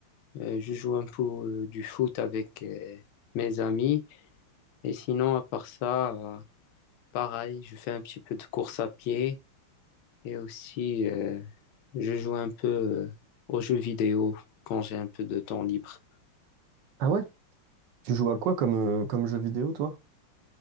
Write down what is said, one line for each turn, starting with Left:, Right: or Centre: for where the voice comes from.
Left: Euh, je joue un peu euh, du foot avec euh, mes amis. Et sinon, à part ça, euh, pareil, je fais un petit peu de course à pied et aussi euh, je joue un peu euh, aux jeux vidéo quand j'ai un peu de temps libre.
Right: Ah ouais? Tu joues à quoi comme, euh, comme jeu vidéo, toi?